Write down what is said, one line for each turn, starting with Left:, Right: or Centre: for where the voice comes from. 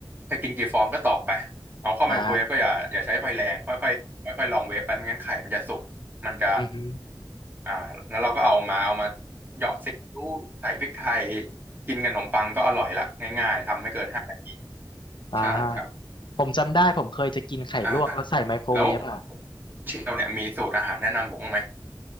Right: ถ้ากินกี่ฟองก็ตอกไปเอาเข้าไมโครเวฟก็อย่าอย่าใช้ไฟแรงค่อยค่อยค่อยค่อยลองเวฟไปไม่งั้นไข่มันจะสุกมันจะ
Left: อ่าอือฮึ
Right: อ่าแล้วเราก็เอามาเอามาเหยาะซีอิ๊วใส่พริกไทยกินกับขนมปังก็อร่อยละง่ายๆทำไม่เกินห้านาที
Left: อ่า
Right: ใช่ครับ
Left: ผมจำได้ผมเคยจะกินไข่ลวกแล้วใส่ไมโครเวฟอ่ะ
Right: อ่าแล้วเชลเนี่ยมีสูตรอาหารแนะนำผมบ้างไหม